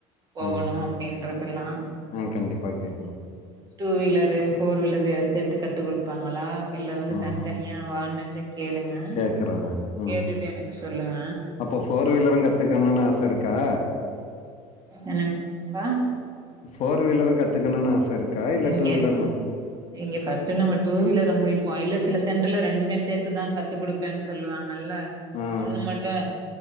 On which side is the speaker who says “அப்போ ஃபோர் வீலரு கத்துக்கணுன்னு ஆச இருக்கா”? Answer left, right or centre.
Left